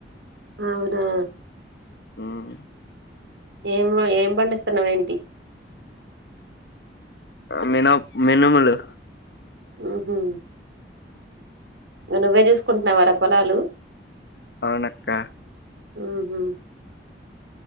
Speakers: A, on the right; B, on the left.
A: అవునా
B: ఉమ్
A: ఏం ఏం పండిస్తున్నావ ఏంటి
B: మనా మినుములు
A: ఉహు నువ్వే చూసుకుంటున్నావారా పొలాలు
B: అవునక్క
A: ఉహుమ్